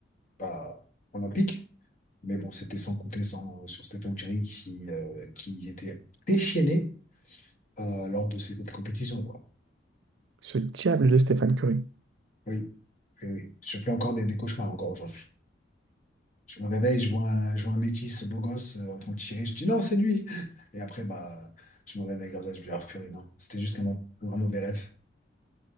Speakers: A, on the left; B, on the right.
A: bah, olympique. Mais bon, c'était sans compter sans, sur Stephen Curry qui, euh, qui était déchaîné euh, lors de cette compétition, quoi.
B: Ce diable de Stéphane Curry.
A: Oui, oui, oui. Je fais encore des, des cauchemars encore aujourd'hui. Je me réveille, je vois un, je vois un métis beau gosse euh, en train de tirer, je dis non, c'est lui. Et après, bah, je me réveille comme ça, je me dis, ah purée, non, c'était juste un, mau- un mauvais rêve.